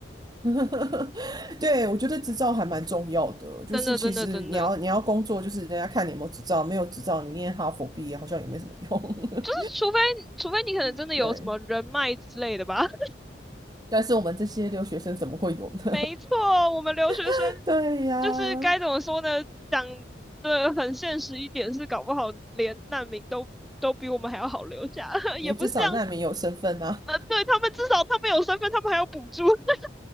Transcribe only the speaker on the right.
<laughs> 对，我觉得执照还蛮重要的，就是其实你要你要工作，
就是人家看你有没有执照，没有执照你念哈佛毕业好像也没什么用。
<laughs> 对，
但是我们这些留学生怎么会有呢？
<laughs> 对呀，
也至少难民有身份啊。